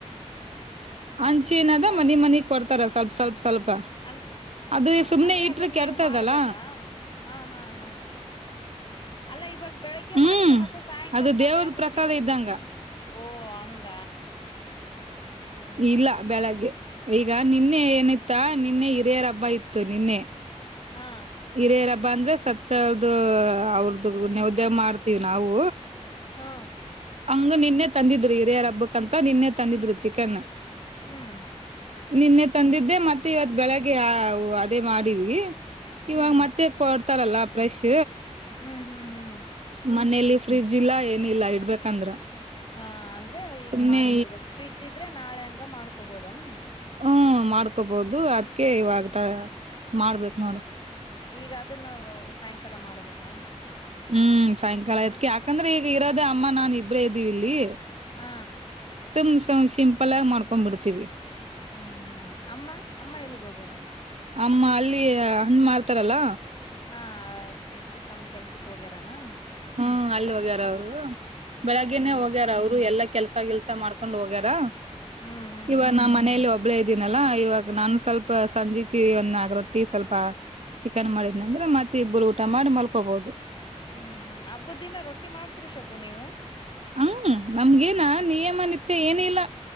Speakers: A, on the right; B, on the left.
A: ಹಂಚಿ ಏನದ
B: ಹ
A: ಮನೆ ಮನೆಗ್ ಕೊಡ್ತಾರ ಸ್ವಲ್ಪ ಸ್ವಲ್ಪ ಸ್ವಲ್ಪ
B: ಅಂದ
A: ಅದು ಸುಮ್ನೆ
B: ಅಂದ್ರೆ
A: ಇಟ್ರ
B: ಅದನ್ನ
A: ಕೆಡ್ತದಅಲ್ಲ
B: ನೀವ್ ಮಾಡ್ಬೇಕಾ ಹಾ ಹಾ ಹಾ ಅಲ್ಲ ಇವಾಗ ಬೆಳಿಗ್ಗೆ
A: ಹ್ಮ್
B: ಮಾಡಿರಿ ಮತ್ತೆ ಸಾಯಂಕಾಲ
A: ಅದು ದೇವ್ರ
B: ಅದೇ ಅಂದ್ರೆ
A: ಪ್ರಸಾದ
B: ನೀವು
A: ಇದ್ದಂಗ
B: ಹ್ಮ್ ಓ ಹಂಗ ಹ್ಮ್ ಹ್ಮ್
A: ಇಲ್ಲ ಬೆಳಗ್ಗೆ
B: ಈಗ
A: ಈಗ ನಿನ್ನೆ ಏನಿತ್ತಾ ನಿನ್ನೆ ಹಿರಿಯರ ಹಬ್ಬ ಇತ್ತು ನಿನ್ನೆ
B: ಹಾ
A: ಹಿರೇರಬ್ಬಾ ಅಂದ್ರೆ ಸತ್ ಸತವರದು ಅವ್ರ್ದು ನೈವಿದ್ಯ ಮಾಡ್ತೀವಿ ನಾವು
B: ಹಾ
A: ಹಂಗ ನಿನ್ನೆ ತಂದಿದ್ರು ಹಿರಿಯರ ಹಬ್ಬಕ್ಂತ ನಿನ್ನೆ ತಂದಿದ್ರು ಚಿಕನ್
B: ಹ್ಮ್
A: ನಿನ್ನೆ ತಂದಿದ್ದೆ ಮತ್ತೆ ಇವತ್ ಬೆಳಗ್ಗೆ ಅದೇ ಮಾಡೀಿ
B: ಹ್ಮ್
A: ಇವಾಗ ಮತ್ತೆ ಕೊಡ್ತಾರಲ್ಲ ಫ್ರೆಶ್
B: ಹ್ಮ್ ಹ್ಮ್ ಹ್ಮ್
A: ಮನೇಲಿ ಫ್ರಿಜ್ ಇಲ್ಲಾ ಏನಿಲ್ಲಾ ಇಡ್ಬೇಕಂದ್ರ
B: ಹಾ ಅಂದ್ರೆ ಈಗ
A: ಸುಮ್ನೆ
B: ಮಾಡಿ ಬಿಡ್ಬೇಕು ಫ್ರಿಜ್ ಇದ್ರೆ ನಾಳೆ ಹಂಗ ಮಾಡ್ಕೊಬೋದನಾ
A: ಹ್ಮ ಮಾಡ್ಕೊಬಹದು ಅದ್ಕ ಇವಾಗ ಮಾಡ್ಬೇಕ
B: ಹ್ಮ್
A: ನೋಡ
B: ಈಗ ಅದನ್ನು ಸಾಯಂಕಾಲ ಮಾಡ್ಬೇಕಾ
A: ಹ್ಮ್ ಸಾಯಂಕಾಲ ಎಡಕೆ ಯಾಕಂದ್ರೆ ಈಗ ಇರೋದೇ ಅಮ್ಮ ನಾನ್ ಇಬ್ರೇ ಇದ್ದೀವಿ ಇಲ್ಲಿ
B: ಹಾ
A: ಸುಮ್ಮ ಸಿಂಪಲ್ ಆಗಿ ಮಾಡ್ಕೊಂಡ್ಬ ಬಿಡ್ತೀವಿ
B: ಹ್ಮ್ ಹ್ಮ್ ಅಮ್ಮ ಅಮ್ಮ ಎಲ್ಗ್ ಹೋಗ್ಯಾರ
A: ಅಮ್ಮ ಅಲ್ಲಿ ಹಣ್ಣ ಮಾರ್ತಾರಲ್ಲ
B: ಹಾ ಇದಕ್ಕೆ ತಮ್ಮ ಕೆಲ್ಸಕ್ ಹೋಗ್ಯಾರನಾ
A: ಹ್ಮ್ ಅಲ್ಲಿ ಹೋಗ್ಯಾರ ಅವರು ಬೆಳಗ್ಗೆನೆೇ
B: ಹ್ಮ್
A: ಹೋಗ್ಯಾರ ಅವ್ರು ಎಲ್ಲಾ ಕೆಲ್ಸ ಕೆಲ್ಸ ಮಾಡ್ಕೊಂಡ್ ಹೋಗ್ಯಾರ
B: ಹ್ಮ್ ಹ್ಮ್
A: ಇವ ನಾ ಮನೇೆಯಲ್ಲಿ ಒಬ್ಬ ಹಬ್ಳ ಇದ್ದೀನಲ್ಲಾ ಇವಾಗ ನಾನನ್ ಸ್ವಲ್ಪ ಸಂಜೆಕ್ ಒಂದ ಆಗ ರೊಟ್ಟಿ ಸ್ವಲ್ಪ ಚಿಕನ್ ಮಾಡಿದ್ನ ಅಂದ್ರೆ ಮತ್ತೆ ಇಬ್ಬರು ಊಟ ಮಾಡಿ ಮಲ್ಕೋಬಹುದು
B: ಹ್ಮ್ ಹ್ಮ್ ಹಬ್ಬ ದಿನ ರೊಟ್ಟಿ ಮಾಡ್ತ್ರಿ ಶಬು ನೀವು
A: ಹ್ಮ ನಮ್ಗೇನ ನಿಯಮನತ್ಯ ಏನೀಲ್ಲ